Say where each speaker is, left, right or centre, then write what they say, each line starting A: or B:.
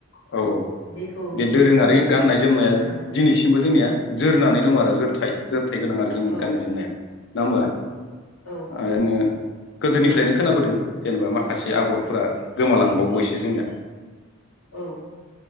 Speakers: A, on the left; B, on the left.
A: औ औ
B: जेखौ
A: बे
B: नुयो
A: दोरोङारि
B: बेखौनो
A: गाननाय जोमनाया
B: ओ
A: दिनैसिमबो जोंनिया जोरनानै दं आरो जोरथाय जोरथाय गोनां आरो जोंनि
B: औ
A: गाननाय जोमनाया नङा हबा
B: औ
A: आङो गोदोनिफ्रायनो खोनाबोदों जेनेबा माखासे आगरफोरा गोमालांबावबायसो जोंनिया
B: औ